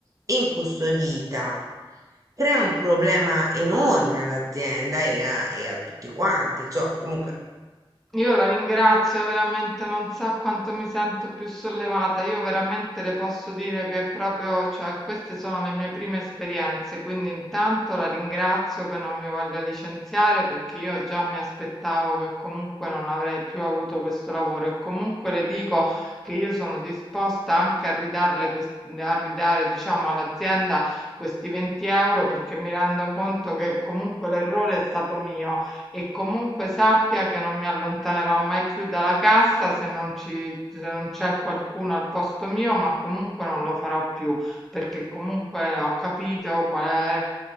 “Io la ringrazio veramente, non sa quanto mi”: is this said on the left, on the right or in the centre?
Centre